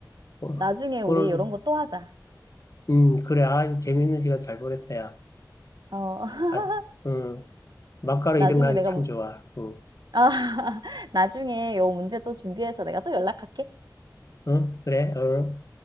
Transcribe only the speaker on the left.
어,
오늘,
음, 그래. 아, 이거 재밌는 시간 잘 보냈다, 야.
아주, 음, 막가로
이런 거 하기
참
좋아. 응,
응, 그래, 응.